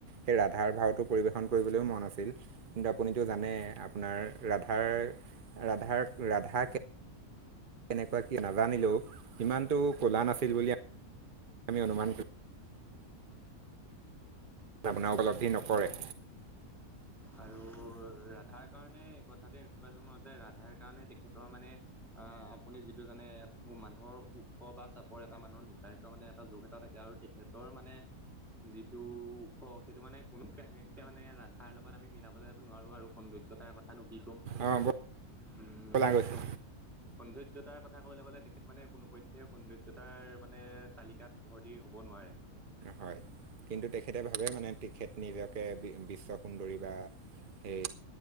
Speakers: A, on the right (about 45°); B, in the centre.
A: সেই ৰাধাৰ ভাওটো পৰিবেশন কৰিবলৈও মন আছিল, কিন্তু আপুনিটো জানে আপোনাৰ ৰাধাৰ ৰাধাৰ ৰাধাক কেনেকুৱা কি নাজানিলেও সিমানটো ক'লা নাছিল বুলি আমি অনুমান ভাৱনা উপলব্ধি নকৰে।
B: আৰু ৰাধাৰ কাৰণে কথাটো এনেকুৱা ধৰণৰ যে ৰাধাৰ কাৰণে তেখেতৰ মানে আহ আপুনি যিটো জানে মানুহৰ ওখ বা চাপৰ এটা মানুহৰ নিৰ্ধাৰিত মানে এটা যুখ এটা থাকে আৰু তেখেতৰ মানে যিটো ওখ সেইটো মানে কোনো কাহিনতে মানে ৰাধাৰ লগত লগত আমি মিলাবলৈ নোৱাৰো আৰু সৌন্দৰ্যতাৰ কথানো কি ক'ম
A: অঁ
B: <unintelligible>
A: ব'লা গৈছে
B: সৌন্দৰ্যতাৰ কথা ক'বলৈ গ'লে তেখেত মানে কোনোপধ্যয়ে সৌন্দৰ্যতাৰ মানে তালিকাত ভৰ্তি হব ন নোৱাৰে
A: হয় কিন্তু তেখেতে ভাবে মানে তেখেত নিজকে বিশ্ব সুন্দৰী বা সেই